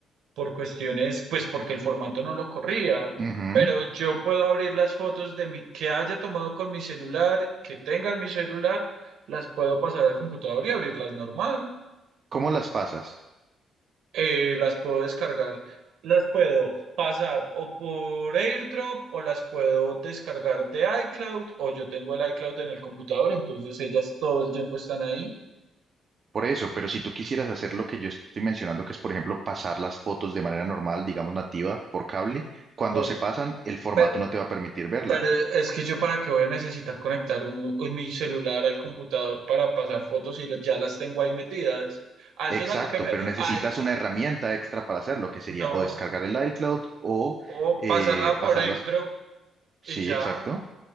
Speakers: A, on the right; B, on the right.
A: por cuestiones, pues porque el formato no lo corría.
B: ujú.
A: Pero yo puedo abrir las fotos de mi, que haya tomado con mi celular, que tenga en mi celular, las puedo pasar al computador y abrirlas normal
B: ¿Cómo las pasas?
A: eh, las puedo descargar, las puedo pasar o por AirDrop o las puedo descargar de iCloud o yo tengo el iCloud en el computador, entonces ellas todo el tiempo están ahí.
B: Por eso, pero si tú quisieras hacer lo que yo estoy mencionando, que es, por ejemplo, pasar las fotos de manera normal, digamos nativa, por cable, cuando
A: Por-
B: se pasan, el formato
A: pe-
B: no te va a permitir verlas.
A: pero, es que yo para qué voy a necesitar conectar un- un- mi celular al computador para pasar fotos y ya las tengo ahí metidas. A
B: Exacto,
A: eso es a lo que me...
B: pero necesitas
A: a eso-
B: una herramienta extra para hacerlo, que sería
A: no,
B: o descargar el iCloud o
A: puedo
B: eh,
A: pasarla por
B: pasarlas.
A: AirDrop
B: Sí,
A: y ya.
B: exacto,